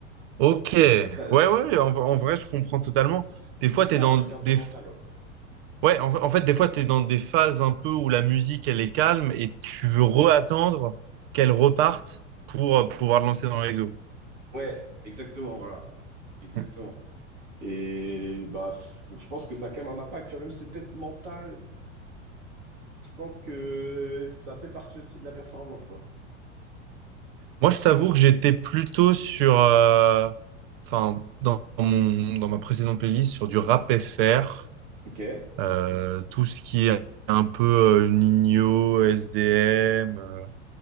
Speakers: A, on the right (about 45°); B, on the right (about 65°).
A: Ok. Ouais,
B: Donc ça,
A: ouais, en, en vrai, je comprends totalement. Des fois,
B: Donc
A: t'es
B: il y a
A: dans
B: un truc un peu
A: des,
B: mental. Ouais,
A: Ouais, en, en fait, des fois, tu es dans des phases un peu où la musique, elle est calme et tu veux reattendre qu'elle reparte pour euh, pouvoir le lancer dans l'exo.
B: Ouais, exactement, voilà. Exactement.
A: Mm.
B: Et bah, pff, donc je pense que ça a quand même un impact, tu vois, même si c'est peut-être mental, je pense que ça fait partie aussi de la performance, quoi.
A: Moi, je t'avoue que j'étais plutôt sur, euh, enfin, dans mon, dans ma précédente playlist, sur du rap FR,
B: Ok,
A: euh, tout ce qui est un peu euh, Ninho, SDM euh,